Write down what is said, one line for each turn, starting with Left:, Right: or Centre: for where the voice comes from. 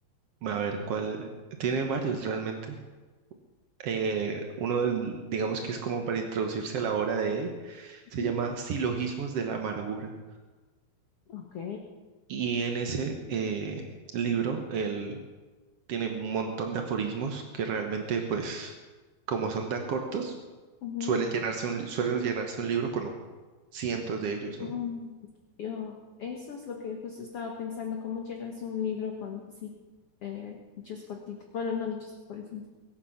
Right: a ver cuál, tiene varios realmente. Eh, uno del, digamos que es como para introducirse a la obra de él,
Left: ujú,
Right: se llama Silogismos de la Amargura.
Left: Ok.
Right: Y en ese eh, libro, él tiene un montón de aforismos que realmente, pues, como son tan cortos,
Left: Ujú.
Right: suelen llenarse un, li- suelen llenarse un libro con cientos de ellos,
Left: Mm,
Right: ¿no?
Left: Yo, eso es lo que justo estaba pensando, cómo llenas un libro con así eh, dichos cortitos. Bueno, no dichos, por ejemplo.